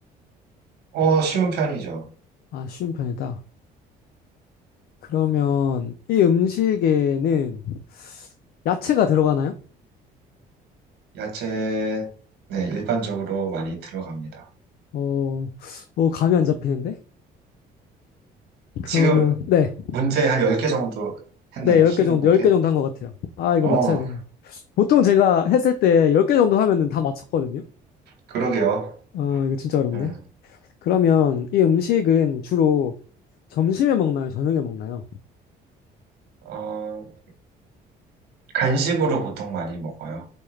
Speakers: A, on the right; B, on the left.
A: 어, 쉬운 편이죠.
B: 아, 쉬운 편이다. 그러면 이 음식에는 야채가 들어가나요?
A: 야채, 네, 일반적으로 많이 들어갑니다.
B: 어, 어, 감이 안 잡히는데? 그러면,
A: 지금
B: 네,
A: 문제 한 10개 정도 했나요?
B: 네, 10개
A: 20곡에?
B: 정도, 열 개 정도 한 것 같아요. 아, 이거
A: 어,
B: 맞춰야 되는데. 보통 제가 했을 때 10개 정도 하면은 다 맞췄거든요?
A: 그러게요.
B: 어, 이거 진짜 어렵네.
A: 음,
B: 그러면 이 음식은 주로 점심에 먹나요? 저녁에 먹나요?
A: 어, 간식으로 보통 많이 먹어요.